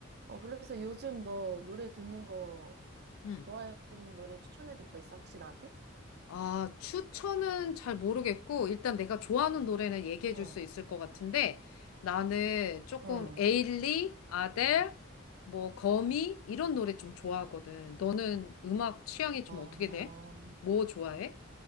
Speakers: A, on the right; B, on the left.
A: 어, 그래서 요즘 너 노래 듣는 거
B: 음.
A: 좋아하는 노래 추천해 줄 거 있어? 혹시 나한테?
B: 아, 추천은 잘 모르겠고, 일단 내가 좋아하는 노래는 얘기해
A: 어,
B: 줄 수 있을 것 같은데, 나는 조금
A: 응,
B: 에일리, 아델, 뭐, 거미, 이런 노래 좀 좋아하거든. 너는 음악 취향이 좀
A: 어,
B: 어떻게 돼? 뭐 좋아해?